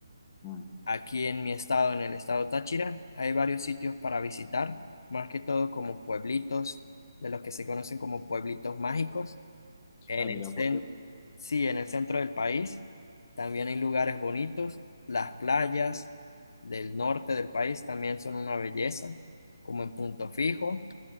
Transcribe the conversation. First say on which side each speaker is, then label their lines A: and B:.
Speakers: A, on the left; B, on the left.
A: Mm.
B: Aquí en mi estado, en el estado Táchira, hay varios sitios para visitar, más que todo como pueblitos, de los que se conocen como pueblitos mágicos. En
A: Ah, mira,
B: el centro,
A: ¿por qué?
B: sí, en el centro del país también hay lugares bonitos. Las playas del norte del país también son una belleza, como en Punto Fijo